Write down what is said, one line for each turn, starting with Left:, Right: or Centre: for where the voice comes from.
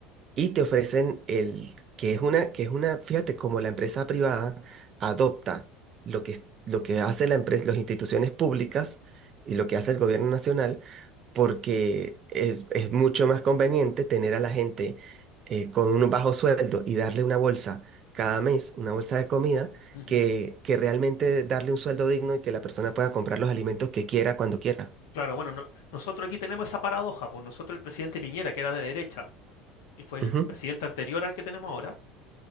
Right: y te ofrecen el, que es una, que es una, fíjate, como la empresa privada adopta lo que, es- lo que hace la empresa, las instituciones públicas y lo que hace el gobierno nacional porque es, es mucho más conveniente tener a la gente eh, con un bajo sueldo y darle una bolsa cada mes, una bolsa de comida,
Left: ujú.
Right: que, que realmente darle un sueldo digno y que la persona pueda comprar los alimentos que quiera cuando quiera.
Left: Claro, bueno, no- nosotros aquí tenemos esa paradoja, pues nosotros el presidente Piñera, que era de derecha, que fue el
Right: Ujú,
Left: presidente anterior al que tenemos ahora,